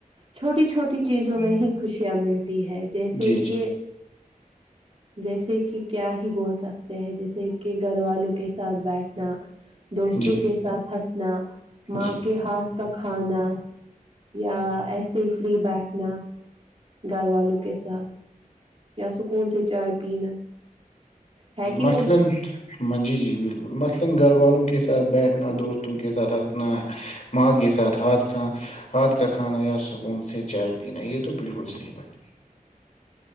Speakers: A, on the right; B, on the left.
A: چھوٹی چھوٹی چیزوں
B: ہوں۔
A: میں ہی خوشیاں مل ہے جیسے
B: جی
A: کہ جیسے کہ کیا ہی بول سکتے ہیں جیسے کہ گھر والوں کے ساتھ بیٹھنا دوستوں
B: جی جی
A: کے ساتھ ہنسنا ماں
B: جی
A: کے ہاتھ کا کھانا یا ایسے ہی فری بیٹھنا گھر والوں کے ساتھ یا سکون سے چائے پینا ہے کہ
B: مثلا
A: نہیں
B: منجی جی بالکل مثلا گھر والوں کے ساتھ بیٹھنا دوستوں کے ساتھ ہنسنا ماں کے ساتھ ہاتھ کھ ہاتھ کا کھانا یا سکون سے چائے پینا یہ تو بالکل صحیح بات